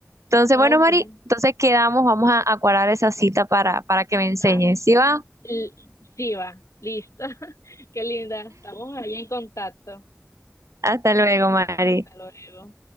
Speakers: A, on the right; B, on the left.
A: Entonces,
B: Ah,
A: bueno,
B: bueno,
A: Mari, entonces quedamos, vamos a, a cuadrar esa cita para, para que me enseñes.
B: dale.
A: ¿Sí va?
B: L- sí, va, listo. <laughs> Qué linda, estamos ahí en contacto.
A: Hasta luego, Mari.
B: Hasta luego.